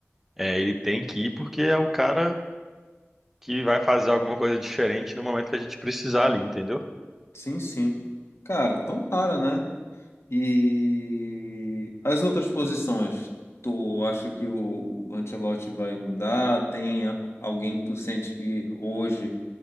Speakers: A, in the centre; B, on the left.
A: é, ele tem que ir porque é o cara que vai fazer alguma coisa diferente no momento que a gente precisar ali, entendeu?
B: Sim, sim. Cara, tomara, né? E as outras posições, tu acha que o Ancelotti vai mudar? Tem a- alguém que tu sente que hoje